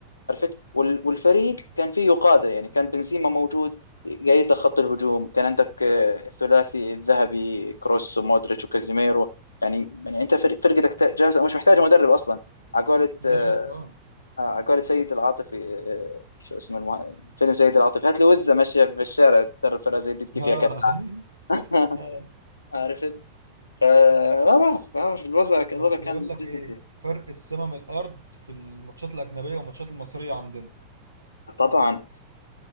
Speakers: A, on the left; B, on the right.
A: عرفت وال- والفريق كان فيه قاده يعني كان بنزيما موجود قايد لك خط الهجوم كان عندك آه، الثلاثي الذهبي كروس ومودريتش وكازيميرو يعني يعني انت فريق- فرقتك تا- جاهزه مش محتاجه مدرب اصلا على قولة
B: دي
A: آه،
B: حقيقة اه
A: على قولة سيد العاطفي آه، شو اسمه المه... فيلم سيد العاطفي هات لي وزه ماشيه في الشارع تدرب فرقه زي دي تجيب
B: اه
A: فيها كاس العالم.
B: <laughs>
A: <laughs>
B: آه.
A: عرفت فما بعرف ما بعرف الوضع الوضع
B: بس بقول
A: كان
B: لك
A: جدا
B: ايه
A: سيء
B: فرق السما من الارض في الماتشات الاجنبية والماتشات المصرية عندنا
A: طبعا